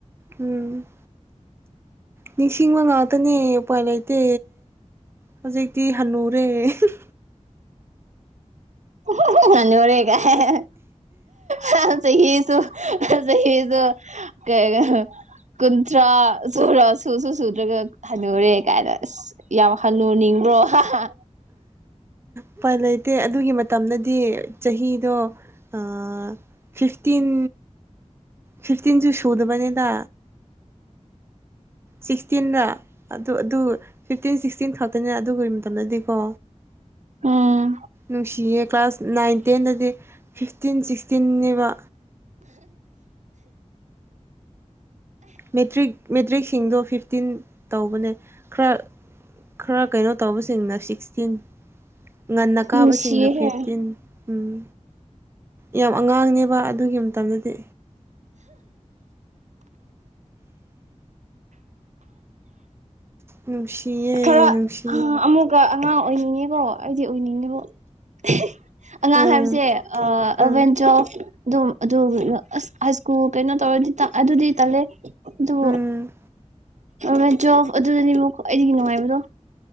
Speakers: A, on the right; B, on the right.
A: ꯎꯝ ꯅꯤꯡꯁꯤꯡꯕ ꯉꯥꯛꯇꯅꯦ ꯎꯄꯥꯏ ꯂꯩꯇꯦ ꯍꯧꯖꯤꯛꯇꯤ ꯍꯟꯅꯨꯔꯦ ꯎꯍꯝ
B: ꯑꯍꯍ ꯍꯟꯅꯨꯔꯦ ꯀꯥꯏꯅ ꯍ ꯑꯍ ꯆꯍꯤꯁꯨ ꯍꯥ ꯆꯍꯤꯁꯨ ꯀꯩꯒ ꯀꯨꯟꯊ꯭ꯔꯥ ꯁꯨꯔ ꯁꯨꯁꯨ ꯁꯨꯗ꯭ꯔꯒ ꯍꯟꯅꯨꯔꯦ ꯀꯥꯏꯅ ꯑꯁ ꯌꯥꯝ ꯍꯅꯨꯅꯤꯡ ꯔꯣ ꯍꯥꯍꯥ
A: ꯎꯄꯥꯏ ꯂꯩꯇꯦ ꯑꯗꯨꯒꯤ ꯃꯇꯝꯗꯗꯤ ꯆꯍꯤꯗꯣ ꯑꯥ ꯐꯤꯐꯇꯤꯟ ꯐꯤꯐꯇꯤꯟꯁꯨ ꯁꯨꯗꯕꯅꯤꯗ ꯁꯤꯛꯁꯇꯤꯟꯔ ꯑꯗꯨ ꯑꯗꯨ ꯐꯤꯞꯇꯤꯟ ꯁꯤꯛꯁꯇꯤꯟ ꯈꯛꯇꯅꯤ ꯑꯗꯨꯏ ꯇꯝꯗꯗꯤꯀꯣ
B: ꯎꯝ
A: ꯅꯨꯡꯁꯤꯌꯦ ꯀ꯭ꯂꯥꯁ ꯅꯥꯏꯟ ꯇꯦꯟꯗꯗꯤ ꯐꯤꯐꯇꯤꯟ ꯁꯤꯛꯁꯇꯤꯟꯅꯦꯕ ꯃꯦꯇ꯭ꯔꯤꯛ ꯃꯦꯇ꯭ꯔꯤꯛꯁꯤꯡꯗꯣ ꯐꯤꯐꯇꯤꯟ ꯇꯧꯕꯅꯦ ꯈꯥꯔ ꯈꯥꯔ ꯀꯩꯅꯣ ꯇꯧꯕꯁꯤꯡꯅ ꯁꯤꯛꯁꯇꯤꯟ ꯉꯟꯅ ꯀꯥꯕꯁꯤꯡꯅ
B: ꯅꯨꯡꯁꯤꯍꯦ
A: ꯐꯤꯐꯇꯤꯟ ꯎꯝ ꯌꯥꯝ ꯑꯉꯥꯡꯅꯦꯕ ꯑꯗꯨꯒꯤ ꯃꯇꯝꯗꯗꯤ ꯅꯨꯡꯁꯤꯌꯦ
B: ꯈꯔ
A: ꯅꯨꯡꯁꯤ
B: ꯑꯃꯨꯛꯀ ꯑꯉꯥꯡ ꯑꯣꯏꯅꯤꯡꯉꯤꯀꯣ ꯑꯩꯗꯤ ꯑꯣꯏꯅꯤꯡꯉꯦꯕꯣ ꯑꯍ ꯑꯉꯥꯡ
A: ꯎꯝ
B: ꯍꯥꯏꯕꯁꯦ ꯑꯥ ꯑꯦꯜꯚꯦꯟ
A: ꯎꯝ
B: ꯇ꯭ꯋꯦꯜꯐ ꯑꯗꯨꯝ ꯑꯗꯨ ꯑꯁ ꯍꯥꯏꯁ꯭ꯀꯨꯜ ꯀꯩꯅꯣ ꯇꯧꯔꯗꯤ ꯇ ꯑꯗꯨꯗꯤ ꯇꯜꯂꯦ ꯑꯗꯨ
A: ꯎꯝ
B: ꯑꯦꯜꯚꯦꯟ ꯇ꯭ꯋꯦꯜꯐ ꯑꯗꯨꯗꯅꯦꯕ ꯈ꯭ꯋꯥꯏꯗꯩꯒꯤ ꯅꯨꯡꯉꯥꯏꯕꯗꯣ